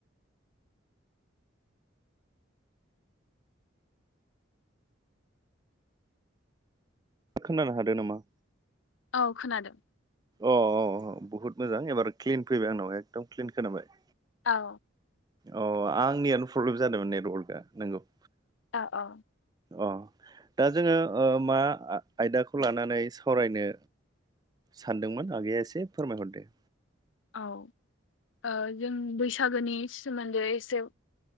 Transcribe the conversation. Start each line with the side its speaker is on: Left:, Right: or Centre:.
Right: खोनानो हादो नामा?
Left: औ खोनादों
Right: अ अ बहुत मोजां एबार क्लिन फैबाय आंनाव एकदम क्लिन खोनाबाय।
Left: औ
Right: अ आंनियावनो प्रब्लेम जादोंमोन नेटवर्कआ नोंगौ
Left: औऔ
Right: अ दा जोङो मा ओ आयदाखौ लानानै सावरायनो सानदोंमोन आगैया एसे फोरमायहरदो
Left: औ ओ जों बैसागोनि सोमोन्दै एसे